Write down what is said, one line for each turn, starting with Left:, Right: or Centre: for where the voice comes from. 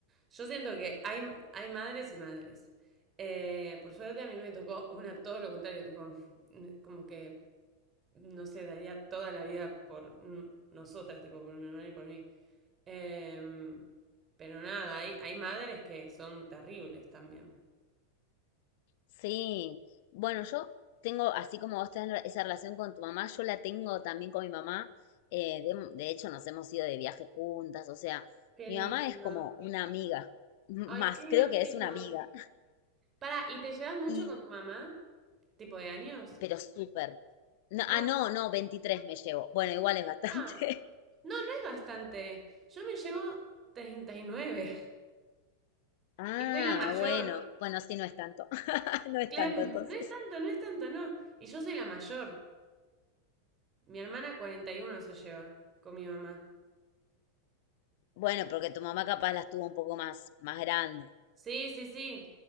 Right: Yo siento que hay, hay madres y madres. Eh, por suerte a mí me tocó una todo lo contrario, tipo, me- como que, no sé, daría toda la vida por mm, nosotras, tipo, por mi hermana y por mí. Em, pero nada, hay, hay madres que son terribles también.
Left: Sí, bueno, yo tengo, así como vos tenés la- esa relación con tu mamá, yo la tengo también con mi mamá. Eh, de, de hecho, nos hemos ido de viaje juntas, o sea,
Right: Qué
Left: mi
Right: lindo.
Left: mamá es como una amiga, <laughs> más
Right: Ay, qué divertido.
Left: creo que es una amiga.
Right: Para, ¿y te llevas mucho
Left: Y,
Right: con tu mamá? ¿Tipo de años?
Left: pero súper. No,
Right: No,
Left: ah,
Right: no,
Left: no,
Right: no.
Left: no, 23 me llevo. Bueno, igual es bastante.
Right: Ah,
Left: <laughs>
Right: no, no es bastante. Yo me llevo treinta y nueve
Left: Ah,
Right: y soy la mayor.
Left: bueno, bueno, sí, no es tanto. <laughs> No es
Right: Claro,
Left: tanto, entonces.
Right: no es tanto, no es tanto, no. Y yo soy la mayor. Mi hermana 41 se lleva con mi mamá.
Left: Bueno, porque tu mamá capaz las tuvo un poco más, más grande.
Right: Sí, sí, sí.